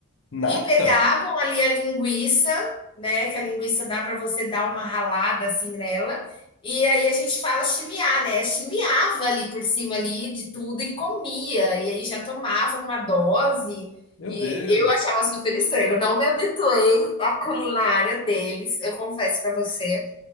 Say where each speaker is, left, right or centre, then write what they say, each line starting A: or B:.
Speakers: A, on the left; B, on the left.
A: Nata?
B: e pegavam ali a linguiça, né? Que a linguiça dá para você dar uma ralada assim nela. E aí a gente fala chimiar, né? Chimiava ali por cima ali de tudo e comia. E aí já tomava uma dose.
A: Meu
B: E
A: Deus.
B: eu achava super estranho. Eu não me habituei à culinária deles, eu confesso para você.